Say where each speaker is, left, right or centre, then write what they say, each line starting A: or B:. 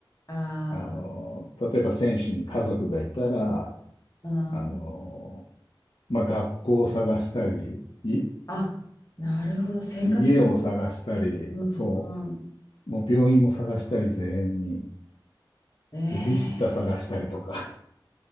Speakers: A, on the left (about 45°); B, on the left (about 80°).
A: あ
B: あの例えば選手に家族がいたら、
A: あ、うん。
B: あのまあ、学校を探したり、い、
A: あ、なるほど。生活のことか。
B: 家を探したり、
A: うん、
B: そ
A: うん。
B: う、もう病院も探したり、全員に、
A: ええ、
B: ベビーシッター探したりとか。